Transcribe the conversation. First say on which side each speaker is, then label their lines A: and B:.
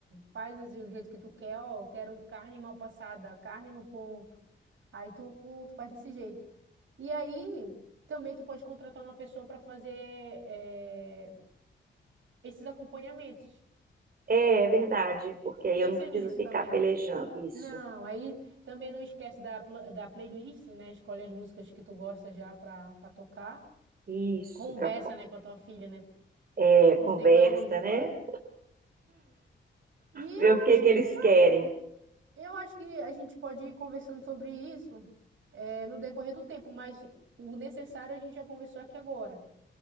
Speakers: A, on the right (about 80°); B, on the right (about 50°).
A: faz assim do jeito que tu quer, ó, quero carne mal passada, carne no ponto. Aí tu, tu faz desse jeito. E aí também tu pode contratar uma pessoa para fazer eh, esses acompanhamentos.
B: é verdade, porque aí
A: Pensa
B: eu não preciso
A: nisso
B: ficar
A: também.
B: pelejando. Isso,
A: Não, aí também não esquece da, pla- da playlist, né? Escolhe as músicas que tu gosta já para tocar.
B: isso,
A: Conversa,
B: para
A: né, com a tua filha, né?
B: é,
A: Não
B: conversa,
A: sei qual é o gosto.
B: né?
A: E eu
B: Ver o que
A: acho
B: que eles
A: que só
B: querem.
A: Eu acho que a gente pode ir conversando sobre isso, eh, no decorrer do tempo, mas o necessário a gente já conversou aqui agora,